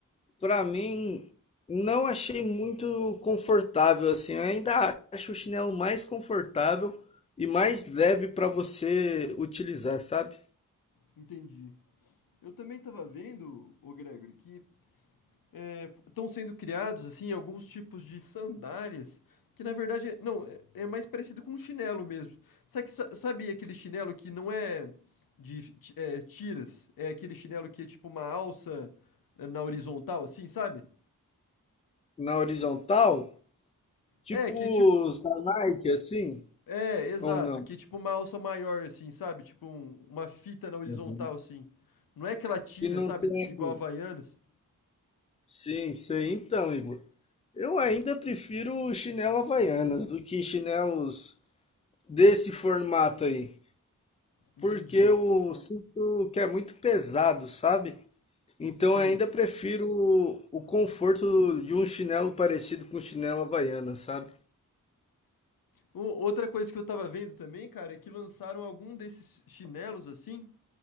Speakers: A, on the left; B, on the left.
A: Pra mim, não achei muito confortável assim. Eu ainda acho o chinelo mais confortável e mais leve pra você utilizar, sabe?
B: Entendi. Eu também estava vendo, ô Gregory, que é, estão sendo criados assim alguns tipos de sandálias que na verdade não é- é mais parecido com um chinelo mesmo. Sabe, que- sa- sabe aquele chinelo que não é de ti- é, tiras, é aquele chinelo que é tipo uma alça na na horizontal, assim, sabe?
A: Na horizontal, tipo
B: É que é tipo
A: os da Nike, assim,
B: é exato,
A: ou não?
B: que é tipo uma alça maior assim, sabe? Tipo um- uma fita na horizontal
A: Uhum.
B: assim. Não é aquela tira,
A: Que não
B: sabe?
A: tem.
B: Igual a Havaianas.
A: Sim, sei. Então, Igor, eu ainda prefiro chinelo Havaianas do que chinelos desse formato aí.
B: Entendi.
A: Porque eu sinto que é muito pesado, sabe? Então
B: Sei.
A: eu ainda prefiro o, o conforto de um chinelo parecido com chinelo Havaiana, sabe?
B: O- Outra coisa que eu tava vendo também, cara, é que lançaram algum desses chinelos assim,